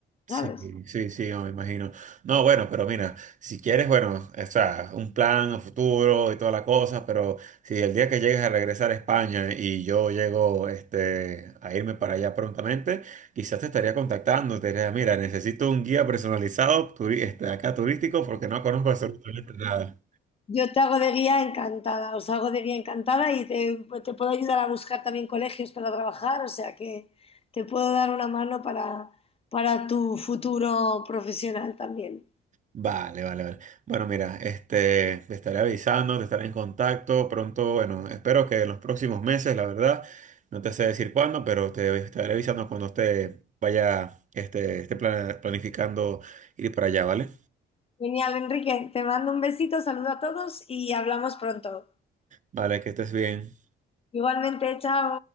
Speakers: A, on the right; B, on the left.
A: Sí,
B: ¿sabes?
A: sí, sí, no, me imagino. No, bueno, pero mira, si quieres, bueno, o sea, un plan a futuro y toda la cosa, pero si el día que llegues a regresar a España y yo llego este, a irme para allá prontamente, quizás te estaría contactando, te diría, mira, necesito un guía personalizado turi- este, acá turístico porque no conozco absolutamente nada.
B: Yo te hago de guía encantada, os hago de guía encantada y te, te puedo ayudar a buscar también colegios para trabajar, o sea que te puedo dar una mano para, para tu futuro profesional también.
A: Vale, vale, vale. Bueno, mira, este, te estaré avisando, te estaré en contacto pronto. Bueno, espero que en los próximos meses, la verdad, no te sé decir cuándo, pero te estaré avisando cuando esté, vaya, este, esté pla- planificando ir para allá, ¿vale?
B: Genial, Enrique, te mando un besito, saludo a todos y hablamos pronto.
A: Vale, que estés bien.
B: Igualmente, chao.